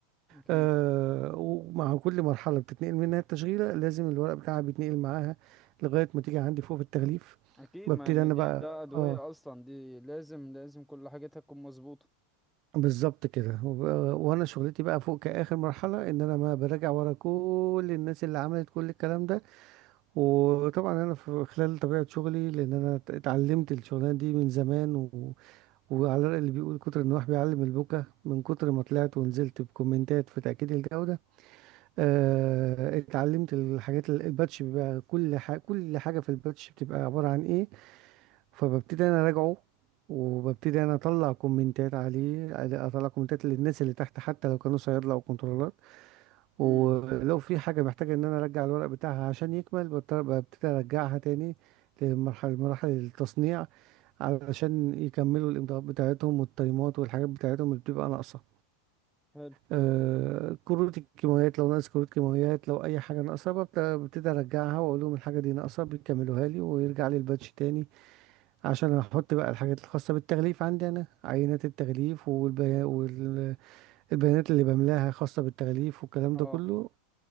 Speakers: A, in the centre; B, on the right.
A: اكيد
B: آه ومع كل مرحلة بتتنقل منها التشغيلة لازم الورق بتاعها بيتنقل معاها لغاية ما تيجي عندي فوق في التغليف
A: اكيد
B: ببتدي
A: ما ان
B: أنا
A: دي
B: بقى
A: ده ادوية
B: اه
A: اصلا دي لازم لازم كل حاجتها تكون مظبوطة
B: بالظبط كده وب- وأنا شغلتي بقى فوق كآخر مرحلة إن أنا ما براجع ورا كل الناس اللي عملت كل الكلام ده وطبعا أنا في خلال طبيعة شغلي لأن أنا ات- اتعلمت الشغلانة دي من زمان و... وعلى الرأي اللي بيقول كتر النواح بيعلم البكا من كتر ما طلعت ونزلت بكومنتات في تأكيد الجودة آه، اتعلمت الحاجات ال- الباتش بيبقى كل حاجة كل حاجة في الباتش بتبقى عبارة عن ايه فببتدي انا اراجعه وببتدي انا اطلع كومنتات عليه اطلع كومنتات للناس اللي تحت حتى لو كانوا صيادله او كنترولات
A: امم
B: ولو في حاجه محتاجه ان انا ارجع الورق بتاعها عشان يكمل بضطر- ببتدي ارجعها تاني لمرحله مراحل التصنيع علشان يكملوا الامضاءات بتاعتهم والتايمات والحاجات بتاعتهم اللي بتبقى ناقصه
A: حلو
B: آه، كروت الكيماويات لو ناقص كروت كيماويات لو اي حاجه ناقصه ببت- ببتدي ارجعها واقول لهم الحاجه دي ناقصه بيكملوها لي ويرجع لي الباتش تاني عشان احط بقى الحاجات الخاصه بالتغليف عندي انا عينات التغليف والبيا- والبيانات اللي بملاها خاصه بالتغليف والكلام
A: اه
B: ده كله